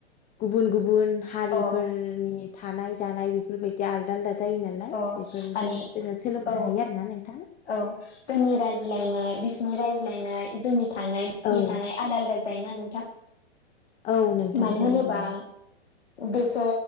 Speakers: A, on the left; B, on the left.
A: गुबुन गुबुन हारिफोरनि
B: अ
A: थानाय जानाय बेफोरबायदि बि आलदा आलदा जायो नालाय
B: अ
A: बेफोरजों
B: माने
A: जोङो सोलोंबोनो
B: औ
A: हायो आरोना नोंथां
B: औ जोंनि रायज्लायनाय बिसिनि रायज्लायनाय जोंनि थानाय बिनि
A: औ
B: थानाय आलदा आलदा जायोना नोंथां
A: औ नोंथां
B: मानो
A: जायो
B: होनोबा बेसो